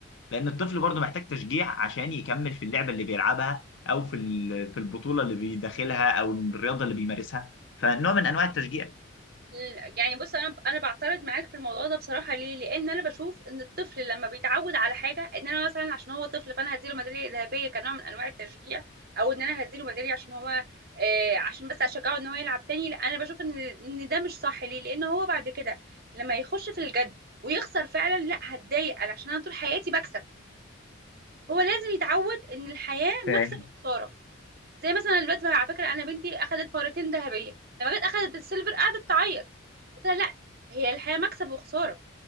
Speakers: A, on the left; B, on the right.
A: لان الطفل برضو محتاج تشجيع عشان يكمل في اللعبه اللي بيلعبها او في ال- في البطوله اللي بيداخلها او الرياضه اللي بيمارسها فنوع من انواع التشجيع
B: <laughs> يعني بص انا انا بعترض معاك في الموضوع ده بصراحه ليه لان انا بشوف ان الطفل لما بيتعود على حاجه ان انا مثلا عشان هو طفل فانا هديله ميداليه ذهبيه كنوع من انواع التشجيع او ان انا هديله ميداليه عشان هو آه عشان بس اشجعه ان هو يلعب تاني لا انا بشوف ان ان ده مش صح ليه لان هو بعد كده لما يخش في الجد ويخسر فعلا لا هتضايق انا عشان انا طول حياتي بكسب هو لازم يتعود ان الحياه
A: فاهم
B: مكسب وخساره زي مثلا دلوقتي بقى على فكره انا بنتي اخذت مرتين ذهبيه لما جت اخذت السيلفر قعدت تعيط قلت لها لا هي الحياه مكسب وخساره